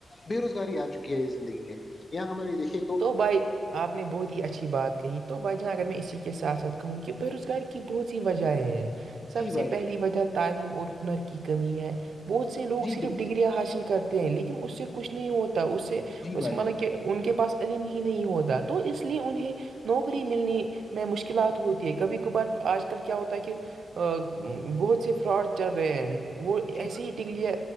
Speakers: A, on the left (about 35°); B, on the right (about 75°).
A: بے روزگاری آ چکی ہے یہ زندگی میں یہاں ہماریے دیکھیے تو
B: دبئی آپ نے بہت ہی اچھی بات کہی تو بھائی جاناں اگر میں ا اسی کے ساتھ ساتھ کہوں کہ بے روزگاری کی بہت سی وجہیں ہیں سب
A: جی بھائی
B: سے پہلی
A: جان
B: وجہ تعلیم اور ہنر کی کمی ہے بہت سے لوگ
A: جی
B: صرف
A: بالکل
B: ڈگریاں حاصل کرتے ہیں لیکن اس سے کچھ نہیں ہوتا اس سے
A: جی
B: اس
A: بھائی
B: مطان
A: جان
B: کہ ان کے پاس علم ہی نہیں ہوتا تو اس لیے انہیں نوکری ملنے میں مشکلات ہوتی ہے کبھی کبھار آج کل کیا ہوتا ہے کہ بہت سے فراڈ چل رہے ہیں وہ
A: جی
B: ایسے ہی ڈگلیا